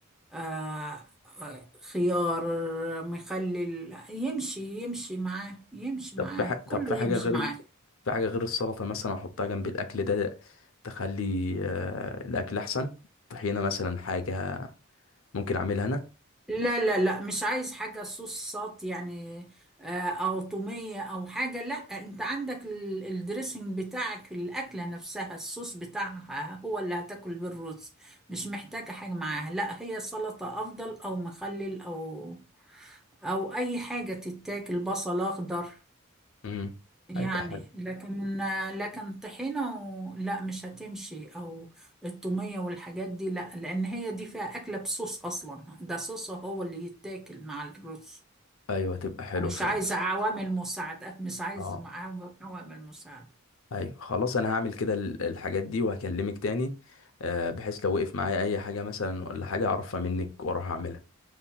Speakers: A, in the centre; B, on the left.
A: آه، خيار مخلل يمشي يمشي معاه يمشي
B: طب
A: معاه
B: في ح...
A: كله
B: طب في حاجة
A: يمشي
B: غير
A: معاه
B: في حاجة غير السلطة مثلا أحطها جنب الأكل ده تخلي آه، الأكل أحسن طحينة مثلا حاجة ممكن أعملها أنا
A: لا لا لا مش عايز حاجة صوصات يعني آه، أو طومية أو حاجة لا أنت عندك ال- الدريسنج بتاعك الأكلة نفسها الصوص بتاعها هو اللي هتاكل بالرز مش محتاجة حاجة معاها لا هي سلطة أفضل أو مخلل أو أو أي حاجة تتاكل بصل أخضر
B: امم
A: يعني
B: هيبقى حلو
A: لكن لكن طحينة و... لا مش هتمشي او التومية والحاجات دي لا لان هي دي فيها اكلة بصوص اصلا ده صوص هو اللي يتاكل مع الرز
B: أيوه هتبقى حلو
A: مش
B: فعلا
A: عايزة عوامل مساعدة مش عايزة
B: أه
A: معاه عوامل مساعدة
B: أيوه خلاص أنا هعمل كده ال- الحاجات دي وهكلمك تاني آه، بحيث لو وقف معايا أي حاجة مثلا ولا حاجة أعرفها منك وأروح أعملها